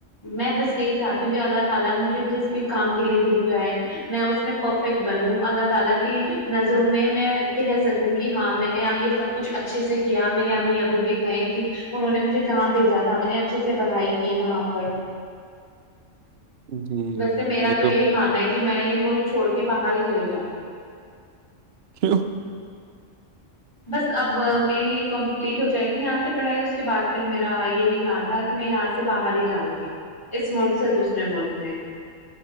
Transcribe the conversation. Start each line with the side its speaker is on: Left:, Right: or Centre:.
Left: میں بس یہی چاہتی ہوں کہ اللہ تعالینے مجھے جس بھی کام کے لیے بھیجا ہے میں اس میں پرفیکٹ بنوں اللہ تعالی کی نظروں میں میں کہہ سکوں کہ ہاں میں نے یہ سب کچھ اچھا اچھے سے کیا میرے امی ابو بھی کہے کہ انہوں نے مجھے جہاں بھیجا تھا میں نے اچھے سے پڑھائی کی وہاں پر
Right: <inaudible> جی جی
Left: ویسے میرا
Right: یہ
Left: تو یہی ماننا ہے کہ میں یہ ملک چھوڑ کے باہر ہی چلی جاؤں گی
Right: کی <unintelligible>
Left: بس اب میری یہ کمپلیٹ ہو جائے گی یہاں سے پڑھائی اس کے بعد پھر میرا یہی پلان تھا کہ میں یہاں سے باہر ہی جاؤں گی اس ملک سے دوسرے ملک میں